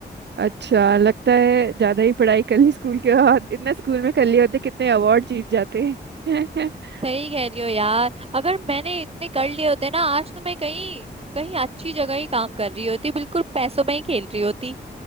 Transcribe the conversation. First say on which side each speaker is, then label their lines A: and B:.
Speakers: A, on the right (about 75°); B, on the right (about 35°).
A: अच्छा लगता है ज्यादा ही पढ़ाई कर ली स्कूल के बाद इतना स्कूल में कर लिए होते कितने अवार्ड जीत जाते हैं <laughs>
B: सही कह रही हो यार अगर मैंने इतने कर लिए होते ना आज तो मैं कहीं कहीं अच्छी जगह ही काम कर रही होती बिल्कुल पैसों में ही खेल रही होती